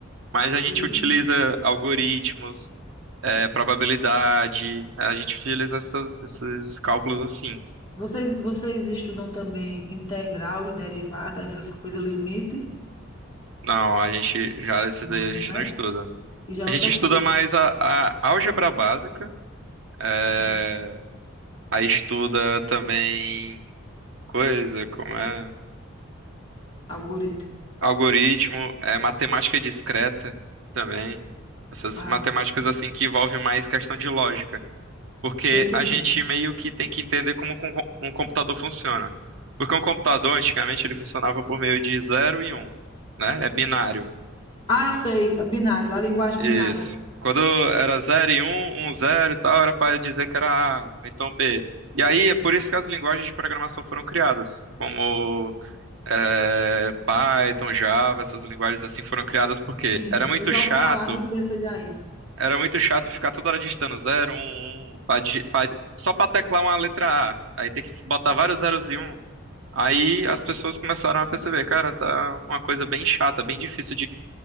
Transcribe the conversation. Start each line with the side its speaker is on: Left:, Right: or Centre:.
Right: mas a gente
Left: Tô entendendo.
Right: utiliza algoritmos, eh, probabilidade, a gente utiliza essas- esses cálculos assim.
Left: Vocês, vocês estudam também integral e derivada, essas coisas, limite?
Right: Não, a gente já, esse
Left: Não,
Right: daí a gente
Left: né?
Right: não estuda.
Left: E já é
Right: A
Left: outra
Right: gente estuda
Left: coisa.
Right: mais a, a álgebra básica, é,
Left: Sim,
Right: aí estuda também coisa como é
Left: algoritmo.
Right: algoritmo, é matemática discreta também. Essas
Left: Ah,
Right: matemáticas assim que envolvem mais questão de lógica, porque
Left: tô entendendo.
Right: a gente meio que tem que entender como com- um computador funciona. Porque um computador antigamente ele funcionava por meio de zero e um, né? É binário.
Left: Ah, eu sei, binário, a linguagem
Right: Isso.
Left: binária.
Right: Quando era zero, e um 1, 0 e tal, era para dizer que era A, então B. E aí, é por isso que as linguagens de programação foram criadas, como é, Python, Java, essas linguagens assim foram criadas porque
Left: Sim,
Right: era muito
Left: eu já
Right: chato,
Left: ouvi falar de- dessa daí.
Right: era muito chato ficar toda hora digitando zero, um, 1, pra digi- pra- só para teclar uma letra A, aí tem que botar vários zeros e um. Aí as pessoas começaram a perceber, cara, tá uma coisa bem chata, bem difícil